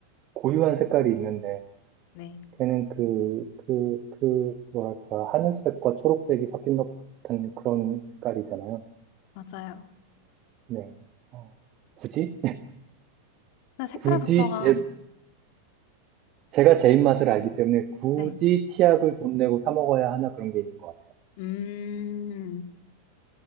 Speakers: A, on the right; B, on the left.
A: 고유한 색깔이 있는데
B: 네,
A: 걔는 그, 그, 그, 뭐랄까, 하늘색과 초록색이 섞인 것 같은 그런 색깔이잖아요.
B: 맞아요.
A: 네. 어, 굳이?
B: 근데 색깔부터가,
A: 굳이 제, 제가 제 입맛을 알기 때문에 굳이
B: 네.
A: 치약을 돈 내고 사 먹어야 하나 그런 게 있는 것 같아요.
B: 음.